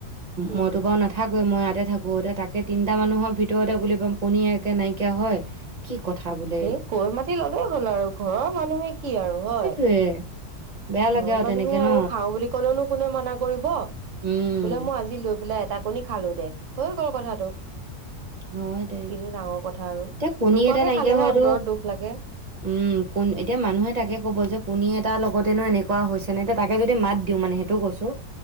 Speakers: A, on the right; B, on the right.
A: উম
B: মইতো বাৰু নাথাকোৱে মই ইয়াতে থাকো এতিয়া তাকে তিনটা মানুহৰ ভিতৰতে বুলি কণী একে নাইকিয়া হয়। কি কথা বোলো।
A: এই কৈ মাটি ললেই হ'ল আৰু, ঘৰৰ মানুহে কি আৰু হয়।
B: <unintelligible> বেয়া
A: ঘৰৰ
B: লাগে
A: মানুহে
B: তেনেকে
A: আৰু
B: ন
A: খাও বুলি কলেওনো কোনে মানা কৰিব।
B: উম
A: বোলে মই আজি লৈ পেলাই এটা কণী খালো দে, হৈ গ'ল কথাটো।
B: হয় দে
A: কিনো ডাঙৰ কথা আৰু
B: এতিয়া কণী
A: নোকোৱাকে
B: এটা নাইকিয়া
A: খালেহে
B: হোৱাটো
A: অন্তৰত দুখ লাগে।
B: উম, কোন এতিয়া মানুহে তাকে ক'ব যে কণী এটাৰ লগতেনো এনেকুৱা হৈছে নে। এতিয়া তাকে যদি মাত দিওঁ মানে সেইটো কৈছো।